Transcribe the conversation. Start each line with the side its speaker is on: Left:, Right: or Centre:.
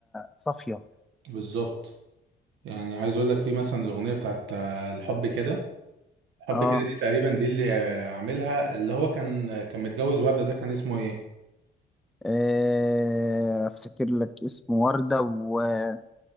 Centre: صافيه
Right: بالظبط يعني عايز اقول لك في مثلا الاغنيه بتاعت آه، الحب كده حب
Centre: اه
Right: كده دي تقريبا دي اللي عاملها اللي هو كان كان متجوز وردة ده كان اسمه ايه
Centre: آه، افتكر لك اسمه وردة وبليغ